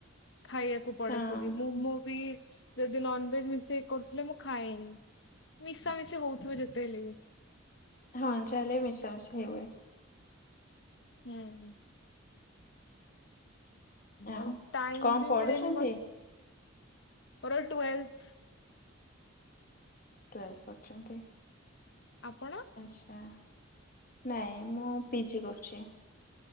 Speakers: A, on the left (about 60°); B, on the left (about 45°).
A: ଖାଇବାକୁ ପଡେ
B: ହଁ
A: ଖୋଜି ମୁ ମୋ ବି ଯଦି ନନଭେଜ ମିଶେଇ କରୁଥିଲେ ମୁଁ ଖାଏନି ମିଶା ମିଶି ହଉଥିବ ଯେତେ ହେଲେ ବି।
B: ହଁ ଯାହାଲେ ମିଶା ମିସି ହେବେ।
A: ହୁଁହୁଁ।
B: ଆଉ
A: ଆ ଟାଇମ
B: କଣ
A: ବି
B: ପଢୁଛନ୍ତି
A: ମିଳେନି ମ ମୋର ଟୁଏଲ୍ଟ।
B: ଟୁୱେଲ୍ଥ ପଢ଼ୁଚନ୍ତି
A: ଆପଣ
B: ଆଛ। ହଁ ନାଇଁ ମୁଁ ପି ଜି କରୁଚି।